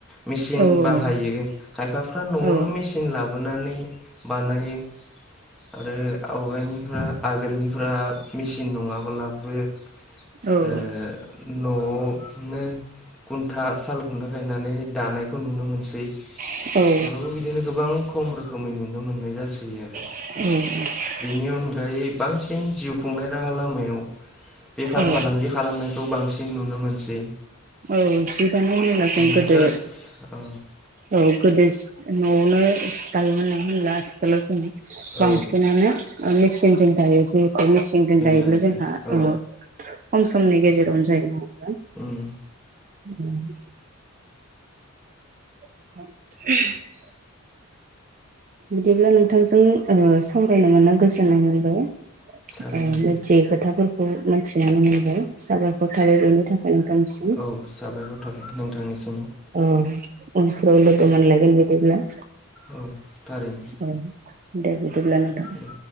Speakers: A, in the centre; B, on the right (about 35°).
A: मेचिन
B: औ
A: बाहायो खायफाफ्रा न'आवनो
B: औ
A: मेचिन लाबोनानै बानायो आरो आवगायनिफ्रा आगोलनिफ्रा मेचिन नङाबोलाबो ओ
B: औ
A: न'आवनो गुनथा साल खुन्था गायनानै दानायखौ नुनो मोनसै
B: औ औ
A: अब्लाबो बिदिनो गोबां खम रोखोमै नुनो नुनो मोननाय जासोयो आरो।
B: औऔ
A: बेनि अनगायै बांसिन जिउ खुंनाय राहा लामायाव बेफार
B: औ
A: फालांगि बे खालामनायखौ बांसिन नुनो मोनसै।
B: औ बिबाननि लेब्लाजों
A: उम
B: गोदो
A: सोर ओ
B: औ गोदो न'आवनो दायोमोन नंङा ओमब्ला आथिखालाव बांसिनानो
A: औ
B: ओ मेचिनजों दायोसै मेचिनजों दायोब्ला
A: दायो
B: ओ जोंहा
A: औ
B: खम समनि गेजेराव जायो।
A: उम
B: <inaudible> <inaudible> बिदिब्ला नोंथांजों ओ सावरायनो मोनना गोजोननाय मोनबाय।
A: थारैनो
B: <unintelligible> जि खोथाफोरखौ मिथिनानै मोनबाय साबायखर थाबाय बेनि थाखाय नोंथांनिसिम।
A: औ साबायखर थाबाय नोंथांनिसिम
B: औ उन फोराव लोगो मोनलाय गोन बिदिब्ला
A: औ थारैनो।
B: औ दे बिदिब्ला नोंथां।
A: दे